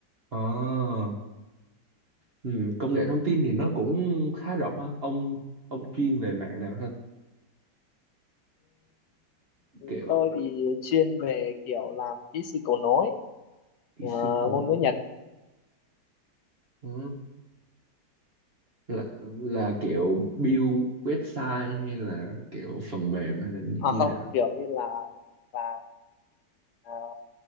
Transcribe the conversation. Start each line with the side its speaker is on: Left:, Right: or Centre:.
Right: à, ừ, công nghệ thông tin thì nó cũng khá rộng ha ông ông chuyên về mạng nào ha
Left: Ừ,
Right: kiểu
Left: tôi thì chuyên về kiểu làm kỹ sư cầu nối
Right: kỹ
Left: ờ,
Right: sư cầu
Left: ngôn
Right: nối
Left: ngữ Nhật
Right: Ờ, là là kiểu build website hay là kiểu phần mềm hay là như,
Left: à
Right: như
Left: không
Right: nào
Left: kiểu như là là ờ,